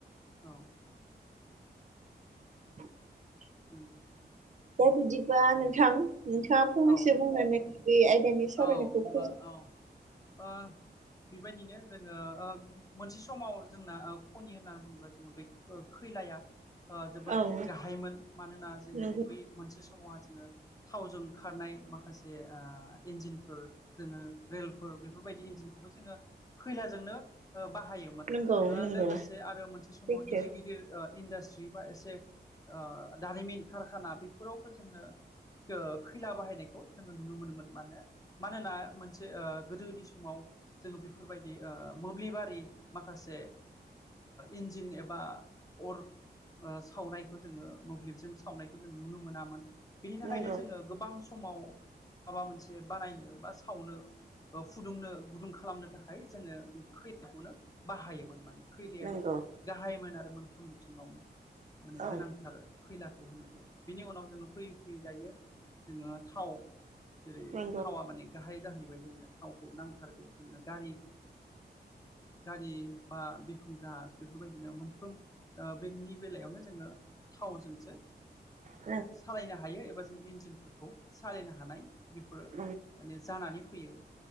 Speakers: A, on the left; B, on the right.
A: औ।
B: <inaudible>
A: <inaudible>
B: दा बिदिबा नोंथां नोंथाङा फंनैसो
A: औ
B: बुंनानै बे आयदानि सावरायनायखौ
A: होमबा
B: फोजोब
A: औ ओ। बेबायदिनो जोङो मोनसे समाव जोंना खनि होनना बुङोब्ला जोङो बै खैलाया जोबोद
B: औ
A: गाहायमोन मानोना जों
B: नंगौ
A: बै मोनसे समावहा जोङो थावजों खारनाय माखासे इन्जिनफोर जोङो रेलफोर बेफोरबायदि इन्जिनखौबो जोङो खैलाजोंनो बाहायोमोन
B: नंगौ नंगौ
A: लोगोसे आरो मोनसे समाव
B: सैथो
A: गिदिर गिदिर इन्डास्ट्रि बा एसे ओ दारिमिन कारखाना बेफोरावबो जोङो खैला बाहायनायखौ जोङो नुनो मोनोमोन। मानो मानोना मोनसे गोदोनि समाव जोङो बेफोरबायदि मोब्लिबारि माखासे इन्जिन एबा अर ओ सावनायखौ जोङो मोब्लिबजों सावनायखौ जों नुनो मोनामोन बिनि थाखायनो
B: नंगौ
A: जोङो गोबां समाव माबा मोनसे बानायनो बा सावनो फुदुंनो गुदुं खालामनो थाखाय जोङो बे खैलाखौनो बाहायोमोन माने खैलायानो
B: नंगौ
A: गाहायमोन आरो मोनफ्रोम बिथिङावनो माने
B: औ
A: गोनांथार खैलाखौ होनोब्ला बिनि उनाव जोङो फैयै फैयै दायो जोङो थाव जेरै
B: नंगौ
A: थावा माने गाहाय जाहैबाय जोंनो थावखौ नांथारगौ जोंनो गारि गारि बा बिरखं जाहाज बेफोरबायदिनो मोनफ्रोम बेनि बेलायावनो जोङो थावजोंसो
B: औ
A: सालायनो हायो एबा जों इन्जिनफोरखौ सालायनो हानाय बेफोरो
B: नंगौ
A: माने जानानै फैयो